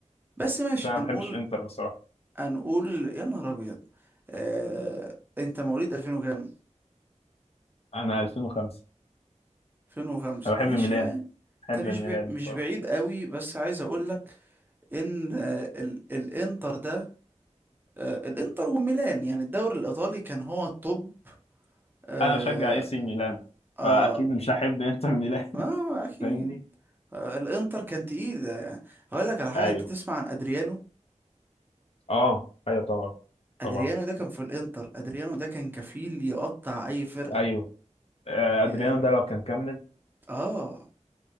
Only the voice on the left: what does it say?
بس انا
ما بحبش انتر بصراحه
انا 2005
انا بحب
ميلان
بحب
ميلان
بصراحه
انا بشجع اي سي ميلان
فاكيد مش هحب انتر ميلان
<laughs>
فاهمني
ايوه
اه ايوه طبعا
طبعا
ايوه آه، ادريانو
ده لو كان كمل